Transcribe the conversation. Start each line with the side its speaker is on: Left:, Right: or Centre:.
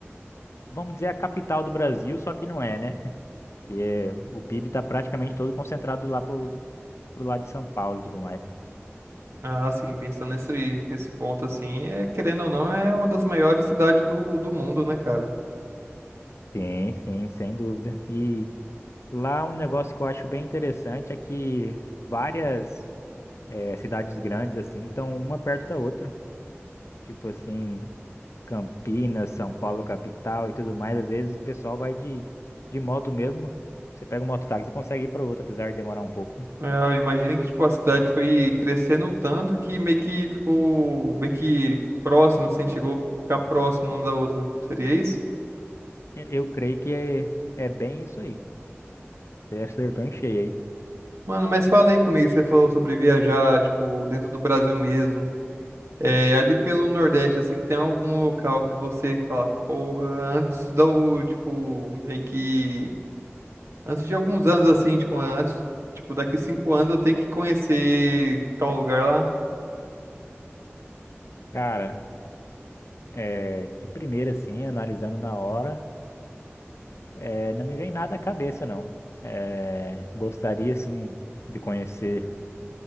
Left: vamos dizer, a capital do Brasil, só que não é, né? Que é- o PIB está praticamente todo concentrado lá pro, pro lado de São Paulo e tudo mais.
Right: Ah, assim, pensando nesse, nesse ponto, assim, é, querendo ou não, é uma das maiores cidades do, do mundo, né, cara?
Left: Sim, sim, sem dúvida. E lá um negócio que eu acho bem interessante é que várias eh, cidades grandes, assim, estão uma perto da outra. Tipo assim. Campinas, São Paulo, capital e tudo mais, às vezes o pessoal vai de, de moto mesmo. Você pega um mototáxi e consegue ir para outro, apesar de demorar um pouco, né?
Right: É, imagina que tipo, a cidade foi crescendo tanto que meio que ficou meio que próximo, assim, chegou a ficar próximo uma da outra. Seria isso?
Left: E- Eu creio que é, é bem isso aí. Você acertou em cheio aí.
Right: Mano, mas fala aí comigo, você falou sobre viajar, tipo, dentro do Brasil mesmo. É, ali pelo Nordeste, assim, tem algum local que você fala, porra, antes do, tipo, meio que... Antes de alguns anos, assim, tipo, antes, tipo, daqui cinco anos eu tenho que conhecer tal lugar lá?
Left: Cara, é, de primeira, assim, analisando na hora, é, não me vem nada à cabeça, não. É, gostaria, assim, de conhecer